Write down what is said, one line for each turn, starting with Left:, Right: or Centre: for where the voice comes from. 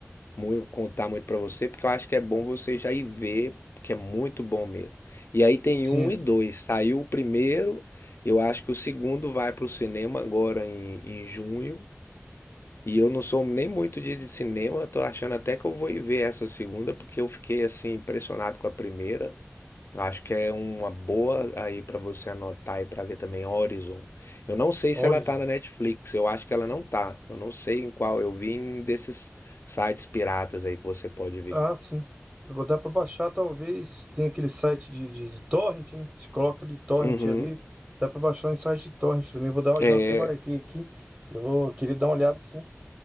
Left: muito, contar muito pra você, porque eu acho que é bom você já ir ver, que é muito bom mesmo. E aí tem
Right: Sim,
Left: um e dois. Saiu o primeiro, eu acho que o segundo vai pro cinema agora em, em junho. E eu não sou nem muito de de cinema, eu tô achando até que eu vou ir ver essa segunda, porque eu fiquei assim impressionado com a primeira. Acho que é uma boa aí pra você anotar e pra ver também Horizon. Eu não sei se
Right: Horizon.
Left: ela tá na Netflix, eu acho que ela não tá. Eu não sei em qual, eu vi em desses sites piratas aí que você pode ver.
Right: Ah, sim. Eu vou dar para baixar, talvez. Tem aquele site de, de, de torrent, né? Se coloca de torrent
Left: Uhum.
Right: ali, dá para baixar em site de torrent também. Vou dar, uma
Left: É,
Right: já até marquei aqui. Eu vou querer dar uma olhada, sim.